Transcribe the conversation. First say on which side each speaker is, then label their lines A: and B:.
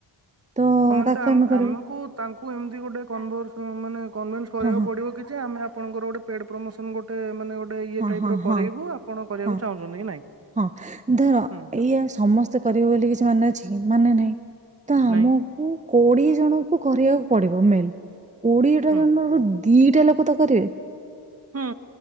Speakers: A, on the right; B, on the right.
A: ତ
B: ହମାନେ
A: ତାକୁ
B: ତ
A: ଆମେ କରିବୁ
B: ଆମକୁ ତାଙ୍କୁ ଏମିତି ଗୋଟେ କ ହ ମାନେ। କନଭେନ୍ସ କରିବାକୁ
A: ହଁ ହଁ
B: ପଡ଼ିବ କିଛି ଆମେ ଆପଣଙ୍କର ଗୋଟେ। ଆଡ୍ ପ୍ରମୋଶନ ଗୋଟେ ମାନେ। ଗୋଟେ ଇଏ
A: ହଁ
B: ଟାଇପ
A: ହଁ
B: ର
A: ହଁ
B: କରେଇବୁ ଆପଣ କରିବାକୁ
A: ହଁ
B: ଚାହୁଁଛନ୍ତି କି ନାଇଁ?
A: ହଁ ଧର
B: ହୁଁ
A: ଏଇଆ ସମସ୍ତେ କରିବ ବୋଲି କିଛି ମାନେ ଅଛି କି? ମାନେ ନାଇଁ ତ ଆମକୁ
B: ନାଇଁ
A: କ କୋଡ଼ିଏ ଜଣଙ୍କୁ କରିବାକୁ। ପଡିବ ମେଲ କୋଡିଏଟା
B: ହୁଁ
A: ଜନ୍ମ <unintelligible> ଦିଟା ଲୋକ ତ କରିବେ
B: ହଁ।